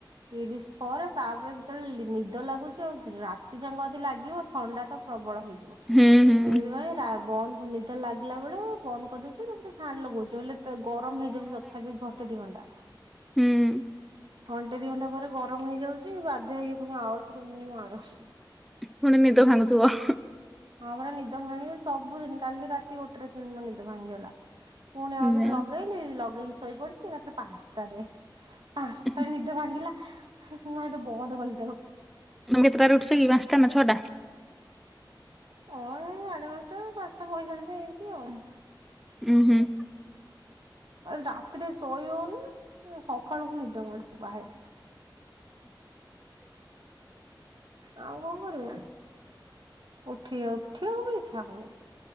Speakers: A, on the right (about 75°); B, in the centre.
A: ତିରିଶ ପାରେ ତାପରେ ଯେତେବେଳେ ନିଦ ଲାଗୁଛି ଆଉ ରାତି ଯାକ ଯଦି ଲାଗିବ ଥଣ୍ଡା ତ ପ୍ରବଳ ହେଇଯିବ।
B: ହୁଁ ହୁଁ
A: ସେଇଥିପାଇଁ ବନ୍ଦ ନିଦ ଲାଗିଲା ବେଳେ ବନ୍ଦ କରିଦଉଛୁ ତାପରେ ଫ୍ୟାନ୍ ଲଗଉଛୁ ହେଲେ ଗରମ ହେଇଯାଉିବ ତଥାପି ଘଣ୍ଟେ ଦି ଘଣ୍ଟା।
B: ହୁଁ
A: ଘଣ୍ଟେ ଦି ଘଣ୍ଟା ପରେ ଗରମ ହେଇଯାଉଛି ବାଧ୍ୟ ହେଇକି ପୁଣି ଆଉ ଥରେ ମାର।
B: ପୁଣି ନିଦ ଭାଙ୍ଗୁଥିବ।
A: ହଁ ପରା ନିଦ ଭାଙ୍ଗି ସବୁଦିନ କାଲି ରାତି ଗୋଟେରେ ସେମିତି ମୋ ନିଦ ଭାଙ୍ଗିଗଲା। ପୁଣି ଆଉଥରେ
B: ନା
A: ଲଗେଇଲି ଲଗେଇକି ଶୋଇପଡିଛି ଏକାଥରେ ପାଞ୍ଚଟାରେ ପାଞ୍ଚଟାରେ
B: ତମେ
A: ନିଦ ଭାଙ୍ଗିଲା <unintelligible> ବନ୍ଦ କଲି ତାକୁ।
B: ତମେ କେତେଟାରେ ଉଠୁଛ କି ପାଞ୍ଚଟା ନା ଛଅଟା?
A: ଓ ଏଇ ସାଢ଼େ ପାଞ୍ଚଟା ପାଞ୍ଚଟା ପଇଚାଳିଶ ଏଇତି ଆଉ।
B: ଉୁଁ ହୁଁ
A: ରାତିରେ ଶୋଇହୋଉନି ସକାଳକୁ ନିଦ ମାଡୁଛି ବାହାରି। ଆଉ କଣ କରିବା? ଉଠି ଉଠିବା କୁ ବି ଇଛା ହଉନି।